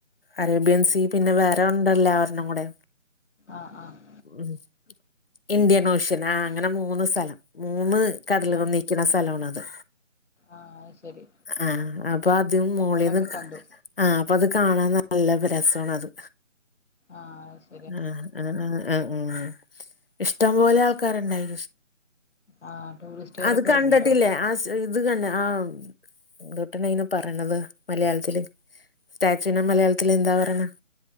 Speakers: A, on the left (about 50°); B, on the left (about 65°).
A: അറേബ്യൻസി പിന്നെ വേറെ ഉണ്ടല്ലോ ഒരെണ്ണം കൂടെ
B: ആഹ് ആഹ്
A: ഉഹ് ഇന്ത്യൻ ഓഷ്യൻ ആ അങ്ങനെ മൂന്ന് സ്ഥലം മൂന്ന് കടലു
B: ആഹ്
A: ഒന്നി ക്കണ സ്ഥലാണത്
B: ആഹ് അത് ശരി.
A: ആഹ് അപ്പൊ ആദ് മോളീന്ന്
B: അവിടൊക്കെ കണ്ടു
A: ആഹ് അപ്പൊ അത് കാണാൻ നല്ല രസാണത്.
B: ആഹ് ശ
A: ആഹ് ആ ആ ആ ആ ഇഷ്ടം
B: പിന്നെ
A: പോലെ ആൾക്കാരുണ്ടായി
B: ആഹ് ടൂറിസ്റ്റുകാരൊക്കെ
A: അത് കണ്ടിട്ടില്ലേ
B: വരുന്നുണ്ടോ
A: ആസ് ഇത് കണ്ടേ ആ എന്തുട്ടന് ഇതിന് പറയണത് മലയാളത്തില്, സ്റ്റാച്യു ന് മലയാളത്തില് എന്താ പറയണ?